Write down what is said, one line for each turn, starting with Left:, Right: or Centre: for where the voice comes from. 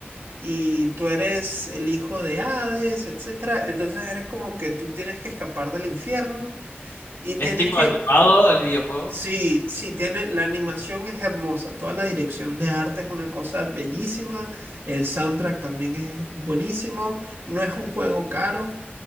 Right: y tú eres el hijo de Hades, etcétera. Entonces eres como que tú tienes que escapar del infierno y tienes
Left: ¿Es tipo
Right: que
Left: animado el videojuego?
Right: Sí, sí, tiene, la animación es hermosa, toda la dirección de arte es una cosa bellísima, el soundtrack también es buenísimo, no es un juego caro,